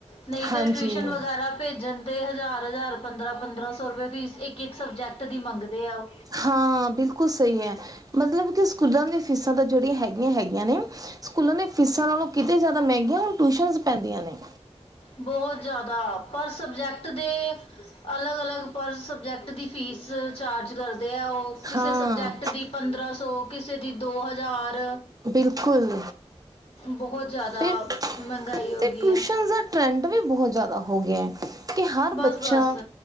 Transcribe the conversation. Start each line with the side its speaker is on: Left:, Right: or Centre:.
Left: ਨਹੀਂ ਤੇ,
Right: ਹਾਂਜੀ
Left: ਟਿਊਸ਼ਨ ਵਗੈਰਾ ਭੇਜਣ ਤੇ ਹਜ਼ਾਰ-ਹਜ਼ਾਰ ਪੰਦਰਾਂ-ਪੰਦਰਾਂ ਸੌ ਰੁਪਏ, ਫੀਸ ਇੱਕ-ਇੱਕ ਸਬਜੈਕਟ ਦੀ ਮੰਗਦੇ ਆ। ਉਹ
Right: ਹਾਂ ਬਿਲਕੁਲ ਸਹੀ ਐ। ਮਤਲਬ ਕਿ ਸਕੂਲਾਂ ਦੀਆਂ ਫੀਸਾਂ ਤਾਂ ਜਿਹੜੀਆਂ ਹੈਗੀਆਂ-ਹੈਗੀਆਂ ਨੇ ਸਕੂਲਾਂ ਦੇ ਫੀਸਾਂ ਨਾਲੋਂ ਕਿਤੇ ਜ਼ਿਆਦਾ ਮਹਿੰਗੀਆਂ, ਟਿਊਸ਼ਨ ਪੈਂਦੀਆਂ ਨੇ।
Left: ਬਹੁਤ ਜ਼ਿਆਦਾ, ਪਰ ਸਬਜੈਕਟ ਦੇ ਅਲਗ -ਅਲਗ ਪਰ ਸਬਜੈਕਟ ਦੀ ਫੀਸ ਚਾਰਜ ਕਰ ਦੇ ਉਹ ਕਿਸੇ
Right: ਹਾਂ
Left: ਸਬਜੈਕਟ ਦੀ ਪੰਦਰਾਂ ਸੌ, ਕਿਸੇ ਦੀ ਦੋ ਹਜ਼ਾਰ
Right: ਬਿਲਕੁਲ।
Left: ਬਹੁਤ ਜਾਦਾ,
Right: ਤੇ
Left: ਮਹਿਗਾਈ ਹੋਗੀ
Right: ਤੇ ਟਿਊਸ਼ਨ
Left: ਐ।
Right: ਦਾ ਟਰੈਂਡ ਵੀ ਬਹੁਤ ਜਾਦਾ ਹੋ ਗਿਆ, ਕਿ ਹਰ
Left: ਬਸ
Right: ਬੱਚਾ
Left: ਬਸ